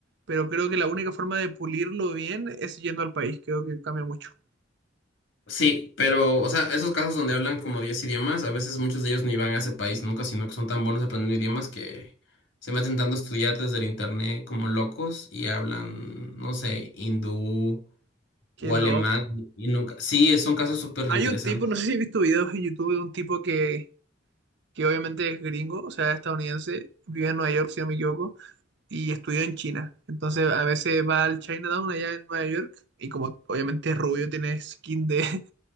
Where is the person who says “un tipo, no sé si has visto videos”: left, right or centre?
Right